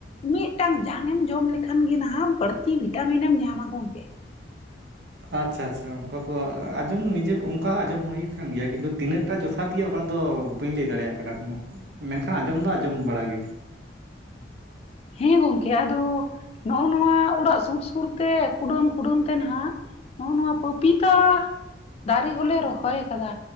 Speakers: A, on the left; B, on the right.
A: ᱢᱤᱫᱽᱴᱟᱝ ᱡᱟᱝᱢ ᱮᱢ ᱡᱚᱢ ᱞᱮᱠᱷᱟᱱ ᱜᱮ ᱱᱟᱦᱟᱜ ᱵᱟᱹᱲᱛᱤ ᱵᱷᱤᱴᱟᱢᱤᱱ ᱮᱢ ᱧᱟᱢᱟ ᱜᱚᱝᱠᱮ᱾
B: ᱟᱪᱪᱷᱟ ᱟᱪᱪᱷᱟ ᱚᱱᱠᱟ ᱠᱚ ᱟᱸᱡᱚᱢ ᱱᱤᱡᱟᱸ ᱚᱝᱠᱟ ᱦᱚᱸ ᱟᱸᱡᱚᱢ ᱦᱩᱭ ᱟᱠᱟᱱ ᱜᱮᱭᱟ ᱠᱤᱱᱛᱩ ᱛᱤᱱᱟᱹᱜ ᱮᱴᱟᱜ ᱡᱚᱛᱷᱟᱛ ᱜᱮ ᱚᱱᱟ ᱫᱚ ᱵᱟᱹᱧ ᱞᱟᱹᱭ ᱫᱟᱲᱮᱭᱟᱜ ᱠᱟᱱᱟ᱾ ᱢᱮᱱᱠᱷᱟᱱ ᱟᱸᱡᱚᱢ ᱫᱚ ᱟᱸᱡᱚᱢ ᱵᱟᱲᱟ ᱜᱮ᱾
A: ᱦᱮᱸ ᱜᱚᱝᱠᱮ ᱟᱫᱚ ᱱᱚᱜᱼᱚ ᱱᱚᱣᱟ ᱚᱲᱟᱜ ᱥᱩᱨ ᱥᱩᱨ ᱛᱮ ᱠᱩᱰᱟᱹᱢ ᱠᱩᱰᱟᱹᱢ ᱛᱮ ᱱᱟᱦᱟᱜ ᱱᱚᱜᱼᱚ ᱱᱚᱣᱟ ᱯᱟᱯᱤᱛᱟ ᱫᱟᱨᱮ ᱦᱚᱞᱮ ᱨᱚᱦᱚᱭ ᱠᱟᱫᱟ᱾